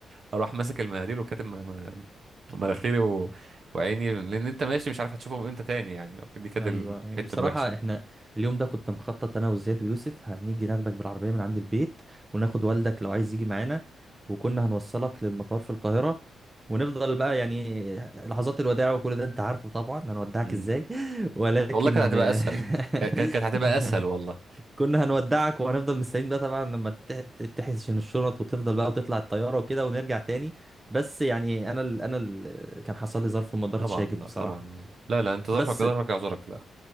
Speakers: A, on the right; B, on the right.
A: فاروح ماسك المناديل وكاتب م- م- مناخيري و... وعيني لان انت ماشي مش عارف هتشوفهم امتى تاني يعني دي كانت
B: ايوه
A: الحته
B: يعني بصراحه
A: الوحشه
B: احنا اليوم ده كنت مخطط انا وزياد ويوسف هنيجي ناخدك بالعربيه من عند البيت وناخد والدك لو عايز يجي معانا وكنا هنوصلك للمطار في القاهره ونفضل بقى يعني لحظات الوداع وكل ده انت عارفه طبعا هنودعك
A: مم.
B: ازاي <laughs> ولكن
A: والله كانت هتبقى اسهل
B: <laughs>
A: ك- ك- كانت هتبقى اسهل والله
B: كنا هنودعك وهنفضل مستنيين بقى طبعا لما تح- تحسن الشنط وتفضل بقى وتطلع الطياره وكده ونرجع تاني بس يعني انا ال... انا ال... كان حصل لي ظرف وما قدرتش
A: طبعا
B: اجي
A: لا
B: بصراحه
A: طبعا لا لا انت ظرفك
B: بس
A: ظرفك يعذرك لا